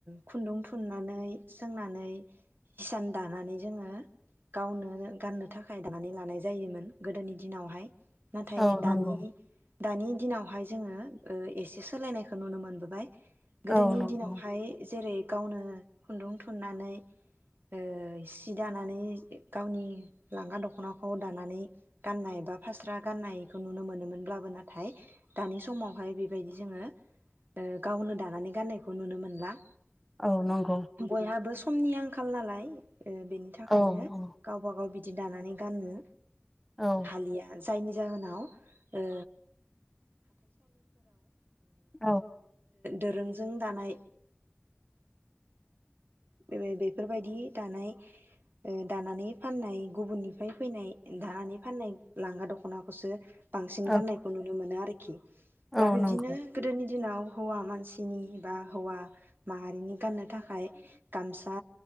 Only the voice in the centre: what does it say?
औ
नंगौ
औ नंगौ
औ नं
औ औ
औ
औ
औ
औ
नंगौ